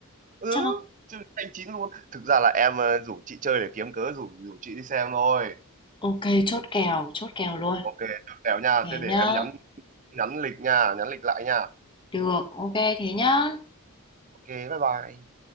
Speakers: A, on the right (about 35°); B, on the left (about 20°).
A: ừ
B: Chắc không?
A: chứ anh chín luôn thực ra là em ờ, rủ chị chơi để kiếm cớ rủ rủ chị đi xem thôi
B: Ok, chốt kèo, chốt kèo luôn.
A: ok chốt kèo nha
B: Thế
A: thế để
B: nhá.
A: em nhắn nhắn lịch nha nhắn lịch lại nha
B: Được, ok thế nhá.
A: ok bye bye